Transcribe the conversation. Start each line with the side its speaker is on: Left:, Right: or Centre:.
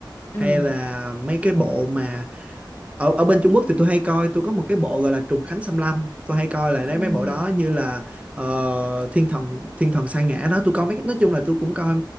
Left: Ừ.
Right: hay là mấy cái bộ mà ở ở bên Trung Quốc thì tôi hay coi tôi có một cái bộ gọi là Trùng Khánh Xâm Lâm tôi hay coi lại đấy
Left: Ừ.
Right: mấy bộ đó
Left: Ừ.
Right: như là ờ, Thiên Thần Thiên Thần Sa Ngã đó tôi coi mấy nói chung là tôi cũng coi